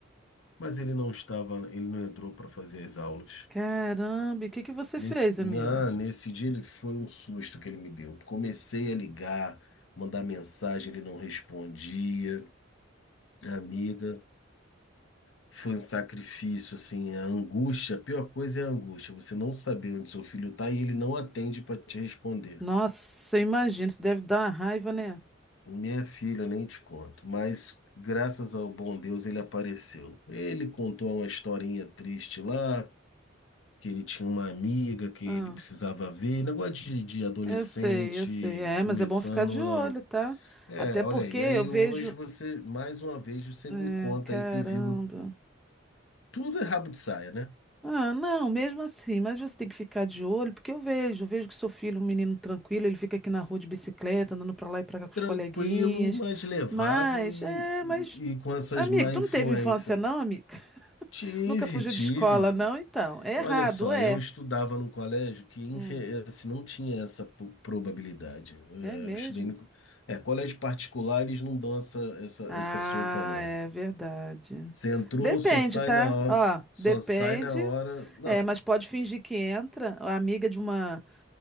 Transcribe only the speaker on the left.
mas ele não estava, ele não entrou para fazer as aulas.
Nesse,
na- nesse dia ele foi um susto que ele me deu. Comecei a ligar, mandar mensagem, ele não respondia. Amiga. Foi um sacrifício, assim, a angústia, a pior coisa é a angústia, você não saber onde seu filho está e ele não atende para te responder.
Minha filha, nem te conto, mas graças ao bom Deus ele apareceu. Ele contou uma historinha triste lá, que ele tinha uma amiga que
ele precisava ver, um negócio de, de adolescente
começando
a.
É,
olha
aí,
aí
hoje você, mais uma vez, você
me conta
aí que viu. Tudo é rabo de saia, né?
tranquilo,
mas levado
e,
e,
e com essas
má
influência.
Tive,
tive.
Olha só,
eu estudava num colégio que infe-
assim, não tinha essa po- probabilidade. É,
Eu estudei no... É, colégio particular, eles não dão essa, essa,
essa sopa, não.
Você entrou,
só sai
na hora,
só
sai na hora. Não,